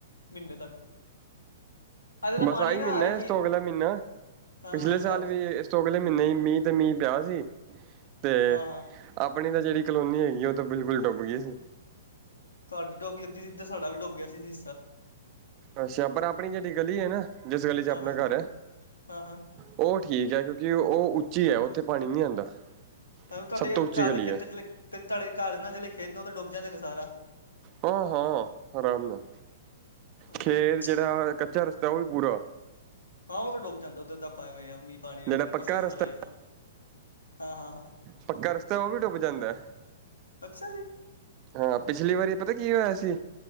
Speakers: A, on the left; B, on the right.
A: ਮਹੀਨੇ ਤੱਕ। ਅੱਜ ਵਾਲਾ
B: ਬਸ
A: ਪਾਣੀ
B: ਆਹੀ
A: ਨਾ
B: ਮਹੀਨਾ
A: ਵੇਖੀ
B: ਇਸ ਤੋਂ ਅਗਲਾ ਮਹੀਨਾ
A: ਹਾਂ
B: ਪਿਛਲੇ
A: ਹਾਂ
B: ਸਾਲ
A: ਸਾਵਨ
B: ਵੀ ਅਗਲੇ ਮਹੀਨੇ ਮੀਂਹ ਤੇ ਮੀਂਹ ਪਿਆ ਸੀ ਤੇ
A: ਹਾਂ ਹਾਂ
B: ਆਪਣੀ ਤਾਂ ਜਿਹੜੀ ਕਲੋਨੀ ਹੈਗੀ ਉਹ ਤਾਂ ਬਿਲਕੁਲ ਡੁੱਬ ਗਈ ਸੀ।
A: ਤੁਹਾਡੀ ਡੁੱਬ ਗੇਈ ਅੱਧੀ ਸਾਡਾ ਵੀ ਡੁੱਬ ਗਿਆ ਸੀ ਹੀ।
B: ਅੱਛਾ ਪਰ ਆਪਣੀ ਜਿਹੜੀ ਗਲੀ ਹੈ ਨਾ ਜਿਸ ਗਲੀ ਚ
A: ਹਾਂ
B: ਆਪਣਾ
A: ਹਾਂ।
B: ਘਰ ਹੈ।
A: ਹਾਂ ਹਾਂ
B: ਉਹ ਠੀਕ ਹੈ ਕਿਉਂਕਿ ਉਹ ਉੱਚੀ ਹੈ ਉੱਥੇ ਪਾਣੀ ਨੀ ਆਉਂਦਾ।
A: ਹ ਤੁਹਾਡੇ
B: ਸਭ ਤੋਂ ਉੱਚੀ
A: ਘਰ
B: ਗਲੀ
A: ਦੇ ਖੇਤ
B: ਹੈ
A: ਚ ਤੁਹਾਡੇ ਘਰ ਦੇ ਖੇਤ ਨੇ ਉਹ ਤੇ ਡੁੱਬ ਜਾਂਦੇ ਨੇ ਸਾਰਾ।
B: ਹਾਂ- ਹਾਂ ਆਰਾਮ ਨਾਲ
A: ਹੂੰ।
B: ਖੇਤ ਜਿਹੜਾ ਕੱਚਾ ਰਸਤਾ ਉਹ ਵੀ ਪੂਰਾ।
A: ਹਾਂਲ। ਉਹ ਤਾਂ ਡੁੱਬ ਜਾਂਦਾ ਉੱਧਰ ਤਾਂ ਆਪਾਂ ਮੀਂ ਪਾਣੀ ਵੇਖਣੇ
B: ਜਿਹੜਾ ਪੱਕਾ
A: ਪਿਛਲੇ ਸਾਲ
B: ਰਸਤਾ
A: ਆਏ ਹਾਂ ਹਾਂ ਹਾਂ
B: ਪੱਕਾ ਰਸਤਾ ਉਹ ਵੀ ਡੁੱਬ ਜਾਂਦਾ।
A: ਅੱਛਾ ਜੀ।
B: ਹਾਂ। ਪਿਛਲੀ ਵਾਰੀ ਪਤਾ ਕੀ ਹੋਇਆ ਸੀ